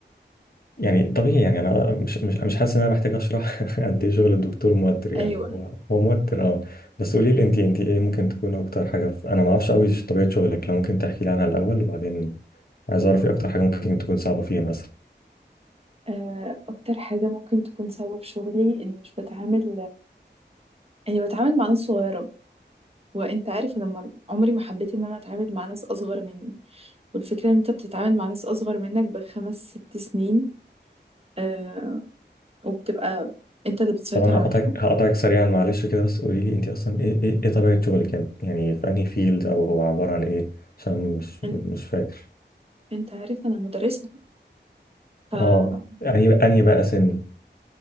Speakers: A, on the left (about 55°); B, on the right (about 30°).
A: يعني طبيعي يعني انا مش مش مش حاسس ان انا محتاج اشرح <laughs> قد ايه شغل الدكتور موتر يعني
B: ايوه
A: هو هو موتر اه بس قولي لي انت انت ايه ممكن تكون اكتر حاجه في... انا ما اعرفش قوي طبيعه شغلك لو ممكن تحكي لي عنها الاول وبعدين عايز اعرف ايه اكتر حاجه ممكن تكون صعبه فيها مثلا
B: آه، اكتر حاجه ممكن تكون سبب شغلي اني مش بتعامل اني بتعامل مع ناس صغيره وانت عارف انا ما- عمري ما حبيت ان انا اتعامل مع ناس اصغر مني والفكره ان انت بتتعامل مع ناس اصغر منك بخمس ست سنين آه وبتبقى انت اللي بتسيطر
A: طبعا
B: عليهم
A: هقطعك هقطعك سريعا معلش كده بس قولي لي انت اصلا ايه ايه, إيه طبيعه شغلك يعني يعني في انهي فيلد او هو عباره عن ايه عشان مش
B: إن-
A: مش فاكر
B: انت عارف انا مدرسه ف
A: اه انهي انهي بقى سن